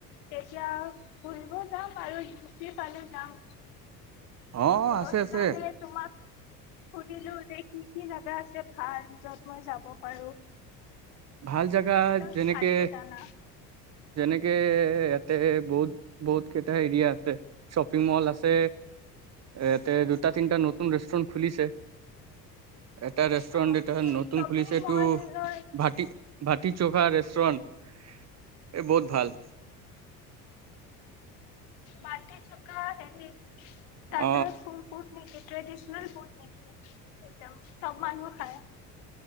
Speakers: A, on the left (about 60°); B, on the right (about 30°).
A: তেতিয়া ফুৰিব যাম আৰু ইউ পি ফালে যাম।
B: অহ,
A: ত'
B: আছে,
A: সেইকাৰণে
B: আছে।
A: তোমাক সুধিলো যে কি কি জাগা আছে ভাল? য'ত মই যাব পাৰো।
B: ভাল জেগা
A: তুমিতো
B: যেনেকে
A: ভালকে জানা
B: যেনেকে ইয়াতে বহুত বহুত কেইটা এৰিয়া আছে, শ্বপিং মল আছে ইয়াতে দুটা তিনটা নতুন ৰেষ্টুৰেন্ট খুলিছে। এটা ৰেষ্টুৰেণ্ট
A: অ
B: এটা নতুন
A: শ্বপিং
B: খুলিছে এইটো
A: মললৈ
B: <unintelligible> ভাটি চোখা ৰেষ্টুৰেণ এই বহুত ভাল।
A: মাটি চকা হেৰি
B: অ
A: তাতে ফু ফুত <unintelligible> ট্ৰেডিচনেল ফুড নেকি? একদম চব মানুহ খায়।